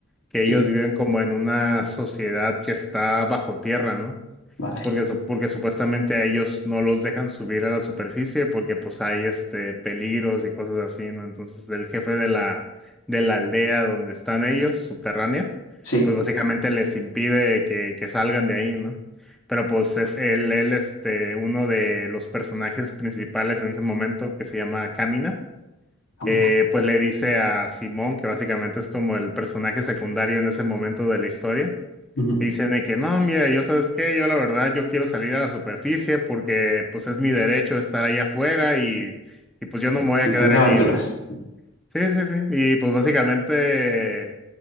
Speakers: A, in the centre; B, on the left.
A: que ellos
B: Mm,
A: viven como en una sociedad que está bajo tierra, ¿no?
B: Vale.
A: Porque, su- porque supuestamente a ellos no los dejan subir a la superficie porque pues hay este peligros y cosas así, ¿no? Entonces el jefe de la, de la aldea donde están ellos, subterránea,
B: Sí.
A: pues básicamente les impide que, que salgan de ahí, ¿no? Pero pues es él, él, este, uno de los personajes principales en ese momento que se llama Kamina
B: Ah,
A: eh,
B: mira.
A: pues le dice a Simón, que básicamente es como el personaje secundario en ese momento de la historia,
B: Ujú.
A: le dicen de que no, mira, yo sabes qué, yo la verdad, yo quiero salir a la superficie porque pues es mi derecho estar ahí afuera y, y pues yo no me voy
B: Eh,
A: a quedar
B: Tendré
A: aquí,
B: aventuras.
A: ¿no? Sí, sí, sí. Y pues básicamente